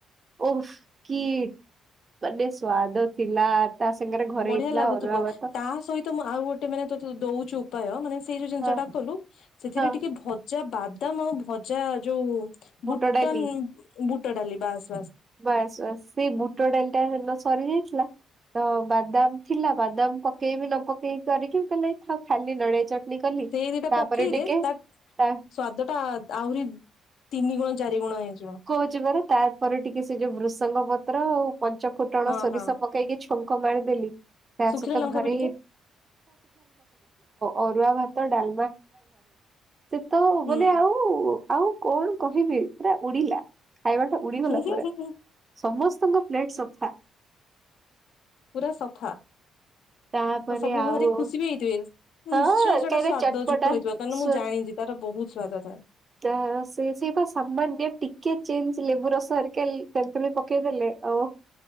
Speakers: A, on the right; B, on the left.
A: ଓ କି ମାନେ ସ୍ଵାଦ ଥିଲା। ତା ସାଙ୍ଗରେ ଘରେ
B: ବଢିଆ
A: ହେଇଥିଲା
B: ଲାଗୁଥିବ
A: ଅରୁଆ ଭାତ
B: ତା ସହିତ ମୁଁ ଆଉ ଗୋଟେ ମାନେ ତତେ ଦଉଛି ଉପାୟ ମାନେ ସେଇ ଯୋଉ ଜିନିଷ
A: ହଁ
B: ଟା ସେଥିରେ
A: ହଁ।
B: ଟିକେ ଭ ଯା ବାଦାମ ଆଉ ଭଜା ଯୋଉ
A: ବୁଟ
B: ବୁଟନ
A: ଡାଲି
B: ବୁ ଟଡାଲି ବାସ୍।
A: ବାସ୍ ବାସ୍ ସେଇ ବୁଟ ଡାଲିଟା ହେ ଦିନ ସରି ଯାଇଥିଲା ତ ବାଦାମ ଥିଲା ବାଦାମ ପକେଇବି ନ ପକେଇକି କରିକି ପ ଏଥାଉ ଖାଲି ଚଟଣି କଲି।
B: ସେ ଦିଟା
A: ତାପରେ
B: ପକେଇଦେ
A: ଟିକେ
B: ତା
A: ତା
B: ସ୍ଵାଦ ଟା ଆହୁରି ତିନି ଗୁଣ ଚାରି ଗୁଣ ହେଇଯିବ।
A: କହୁଛି ପରା ତାପରେ ଟିକେ ସେ ଯୋଉ ବୃଷଙ୍ଗ ପତ୍ର ପଞ୍ଚ ଫୁଟଣ
B: ହଁ
A: ସୋରିଷ
B: ହଁ
A: ଶଙ୍କ ମାରିଦେଲି। ତା
B: ଶୁଖିଲା
A: ସହିତ
B: ଲଙ୍କା
A: ଘରେ
B: ବି ଟିକେ
A: ଅରୁଆ ଭାତ, ଡାଲ ତ ମାନେ
B: ହୁଁ
A: ଆଉ ଆଉ କଣ କହିବି ପା ଉଡିଲା। ଖାଇବା ଟା ଉଡ଼ିଗଲା
B: ହୁଁ ହୁଁ
A: ପୁରା।
B: ହୁଁ ହୁଁ
A: ସମସ୍ତଙ୍କ ପ୍ଲେଟ ସଫା।
B: ପୁରା ସଫା।
A: ତାପରେ
B: ସବୁ
A: ଆଉ
B: ଭାରି ଖୁସି ବି ହେଇଥିବେ
A: ହଁ
B: ନିଶ୍ଚୟ ସେଟା
A: କାହିଁକିନା
B: ସ୍ଵାଦ
A: ଚଟପଟା
B: ଯୁକ୍ତ ହେଇଥିବ କାରଣ
A: ସୋ
B: ମୁଁ ଜାଣିଛି ତାର ବହୁତ। <unintelligible>
A: ତା ସେ ସେଇ ବା ସାମାନ୍ୟ ଟିକେ ଚେଞ୍ଜ ଲେବୁ ରସ ଆରିକା ତେନ୍ତୁଳି ପକେଇଦେଲେ ଆଉ